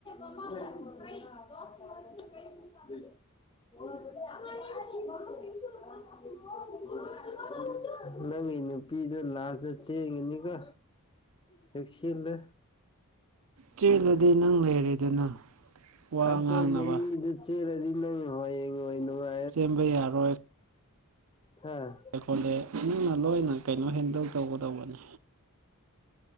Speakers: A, on the left; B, on the right.
A: <unintelligible> <unintelligible> <unintelligible> ꯅꯪꯒꯤ <unintelligible> ꯄꯤꯗꯣ ꯂꯥꯁꯇ ꯆꯦꯟꯒꯤꯅꯤꯀꯣ ꯆꯦꯛꯁꯤꯟꯂꯨ
B: ꯆꯦꯜꯂꯗꯤ ꯅꯪ ꯂꯩꯔꯦꯗꯅ ꯋꯥ
A: ꯑꯠꯇꯣꯞꯄꯥ
B: ꯉꯥꯡꯅꯕ
A: ꯃꯤꯗ ꯆꯦꯟꯂꯗꯤ <unintelligible>
B: ꯆꯦꯟꯕ ꯌꯥꯔꯣꯏ
A: ꯍꯥꯥ
B: <unintelligible> ꯃꯤꯅ ꯂꯣꯏꯅ ꯀꯩꯅꯣ ꯍꯦꯟꯗꯧ ꯇꯧꯒꯗꯧꯕꯅꯤ